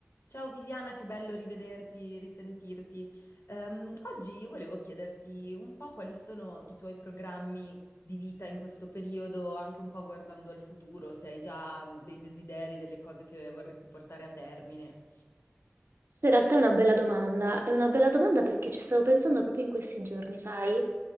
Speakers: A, on the left; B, on the right.
A: Ciao Viviana, che bello rivederti, risentirti. Ehm, oggi volevo chiederti un po' quali sono i tuoi programmi di vita in questo periodo, anche un po' guardando al futuro, se hai già mm, dei desideri, delle cose che vorresti portare a termine.
B: Questa in realtà è una bella domanda, è una bella domanda perché ci stavo pensando proprio in questi giorni, sai?